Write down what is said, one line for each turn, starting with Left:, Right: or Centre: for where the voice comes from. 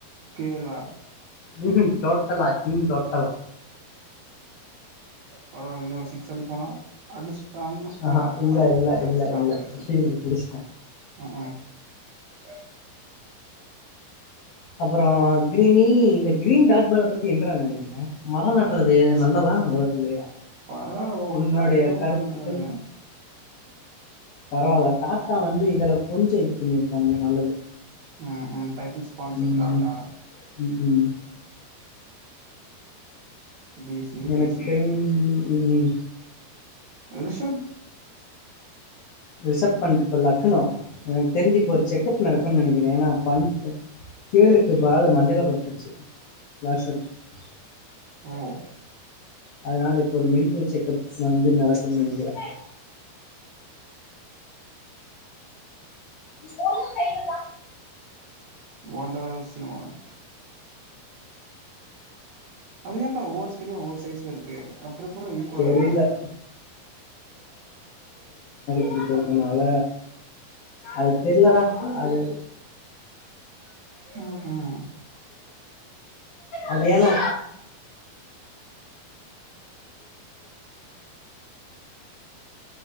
Right: கேரளா
Left: உம்ஹீம் டோடல்லா டீம் டோட்
Right: பரவால இன்னொரு சிக்ஸ் அடிப்பானா அடிச்சுட்டான் ஃபோரு
Left: ஆஹா இல்ல இல்ல
Right: ச்சே
Left: இல்ல
Right: ஸ்டாபாயிருச்சு
Left: இல்ல ஃபீல்டு புடிச்சிட்டே
Right: அஹு அஹ உஹ
Left: அப்புறோ கிரீனி இந்த கிரீன் டாட்பால பத்தி என்ற நெனைக்கிறே மரம் நட்டுறது நல்லதா நல்லது இல்லையா
Right: பரவாயில்ல ஒவ்வொரு
Left: உன்னுடைய
Right: டாட் பாலுகு
Left: கருத்துக்கள்
Right: மர நட்டுறானுங்க
Left: பரவாயில்ல டாட்டா வந்து இதில கொஞ்சோ இது பண்ணியிருக்காங்கங்க நல்லது
Right: ம் ம் டைட்டில் ஸ்பான்சர்
Left: ம்
Right: டாட்டா
Left: ம்ஹூம்
Right: டி சி
Left: எனக்
Right: டி சி
Left: தெரிஞ் ம் ம்
Right: அதுஸ்
Left: ரிசப் அண்ட் இப்ப லக்னோ எனக்கு தெரிஞ்சு இப்ப ஒரு செக்ப் நடக்கும்னு நெனைக்கிறே ஏன்னா ப கேழுக்கு பாலு மண்டல பட்டுருச்சு <unintelligible>
Right: ஆஹ்
Left: அதனால இப்ப ஒரு மெடிக்கல் செக்கப் வந்து நடக்கும்னு நெனைக்கிறே பொழுது கைல தா
Right: ஒண்டஸ் சிமாண்ட் அது ஏன்டா ஒவ்வொரு ஸ்டேடியம் ஒவ்வொரு சைஸ்ல இருக்கு அப்புறோ எப்புட்றா ஈக்குவலா
Left: தெரில
Right: இருக்கும்
Left: கொடுத்துருக்கனால அது தெரிலடா அது
Right: ம் ம்
Left: அது ஏனா